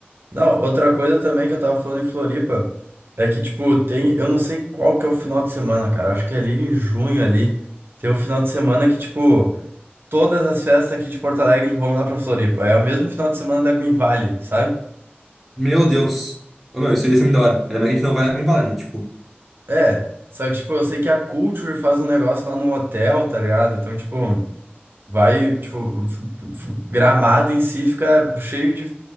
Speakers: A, on the right; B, in the centre.
A: Não, outra coisa também que eu tava falando em Floripa é que, tipo, tem. Eu não sei qual que é o final de semana, cara. Acho que é ali em junho ali. Tem um final de semana que, tipo, todas as festas aqui de Porto Alegre vão lá pra Floripa. É o mesmo final de semana da Green Valley, sabe?
B: Meu Deus. Ô, meu, isso ia ser muito da hora. Ainda mais que a gente não vai lá em Balena, tipo.
A: É, só que, tipo, eu sei que a Culture faz um negócio lá no hotel, tá ligado? Então, tipo, vai, tipo, f- f- Gramado em si fica cheio de,